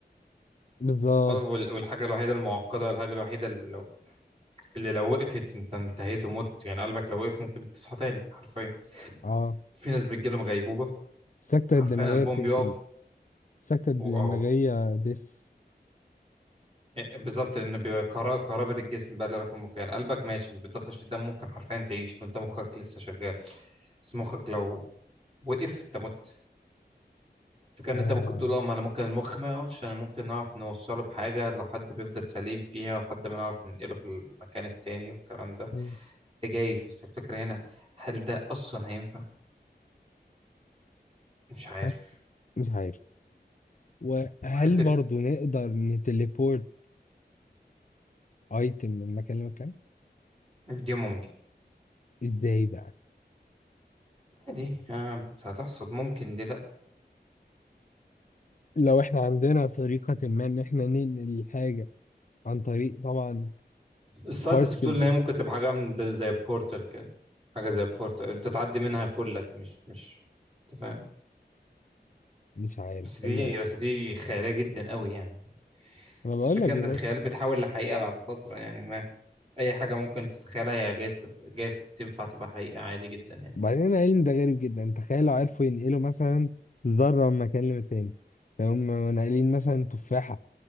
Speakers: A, on the left (about 50°); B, on the right (about 35°).
A: بالظبط
B: أه، وال- والحاجة الوحيدة المعقدة والحاجة الوحيدة اللي لو اللي لو وقفت أنت انتهيت ومت يعني قلبك لو وقف ممكن تصحى تاني حرفيا
A: اه
B: في ناس بتجيلهم غيبوبة
A: السكتة
B: حرفيا
A: الدماغية
B: قلبهم
A: بتقتل
B: بيقف
A: السكتة الدماغية
B: وأهو
A: دس
B: بالظبط لأن بيبقى كرا- كهربة الجسم بقى اللي لك المخ يعني قلبك ماشي ما بتضخش في الدم ممكن حرفيا تعيش وأنت مخك لسه شغال بس مخك لو وقف أنت مت فكان
A: آه.
B: انت ممكن تقول اه ما انا ممكن المخ ما يقفش انا ممكن نعرف نوصله بحاجة لو حد بيفضل سليم فيها ولحد ما نعرف ننقله في المكان التاني والكلام ده
A: مم.
B: ده جايز بس الفكرة هنا هل ده اصلا هينفع مش عارف
A: حاسس مش عارف وهل
B: وحتة
A: برضو نقدر نتليبورت ايتم من مكان لمكان
B: دي ممكن
A: ازاي بقى
B: عادي آه بس هتحصل ممكن ليه لا
A: لو احنا عندنا طريقة ما ان احنا ننقل الحاجة عن طريق طبعا
B: الساينتست
A: بارتكلز
B: بتقول ان هي ممكن تبقى حاجة من ده- زي بورتال كده حاجة زي بورتال انت تعدي منها كلك مش مش انت فاهم
A: مش عارف
B: بس دي
A: هي
B: بس دي خيالية جدا قوي يعني
A: انا
B: بس
A: بقول
B: الفكرة
A: لك
B: ان
A: بالظبط
B: الخيال بيتحول لحقيقة بعد فترة يعني اي حاجه ممكن تتخيلها هي جايز تبقى جايز تنفع تبقى حقيقه عادي جدا يعني
A: بعدين العلم ده غريب جدا تخيل لو عرفوا ينقلوا مثلا ذره من مكان لمكان هم ناقلين مثلا تفاحه